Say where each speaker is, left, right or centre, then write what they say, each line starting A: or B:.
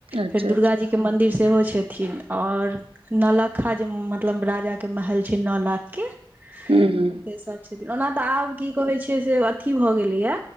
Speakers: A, on the right; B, on the right.
A: अच्छा
B: फेर दुर्गा
A: अच्छा
B: जी के मंदिर सेहो छथिन और नलखा जे मतलब राजा के महल छै न लाख के से
A: हूँ हूँ
B: सब छथी ओना तऽ आब की कहै छै से अथी भऽ गेलैया